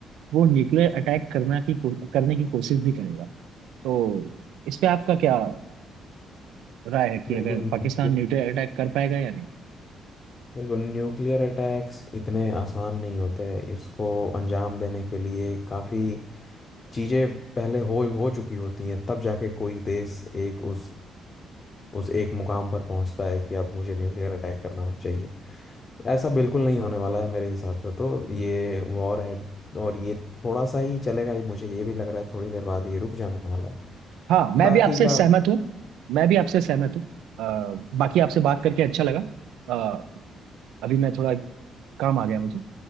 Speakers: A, on the right; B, on the left.
A: वो न्यूक्लियर अटैक करना की को- करने की कोशिश भी करेगा तो इस पे आपका क्या राय है कि
B: बिल्कुल
A: अगर
B: नहीं
A: पाकिस्तान न्यूक्लियर अटैक कर पाएगा या नहीं
B: बिल्कुल न्यूक्लियर अटैक्स इतने आसान नहीं होते हैं इसको अंजाम देने के लिए काफ़ी चीज़ें पहले हो हो चुकी होती हैं तब जाके कोई देश एक उस उस एक मुकाम पर पहुंचता है कि अब मुझे न्यूक्लियर अटैक करना चाहिए ऐसा बिल्कुल नहीं होने वाला है मेरे हिसाब से तो ये वॉर है और ये थोड़ा सा ही चलेगा ही मुझे ये भी लग रहा है थोड़ी देर बाद ये रुक जाने वाला है
A: हाँ मैं
B: बाकी
A: भी आपसे
B: का
A: सहमत हूँ मैं भी आपसे सहमत हूँ अ, बाकी आपसे बात करके अच्छा लगा अ, अभी मैं थोड़ा काम आ गया मुझे